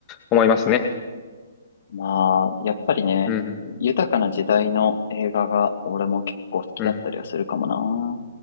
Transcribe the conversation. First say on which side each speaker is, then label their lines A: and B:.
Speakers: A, on the left; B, on the left.
A: 思いますね。
B: まあ、やっぱりね、
A: うん、
B: 豊かな時代の映画が俺も結構好きだったりはするかもな。
A: うん。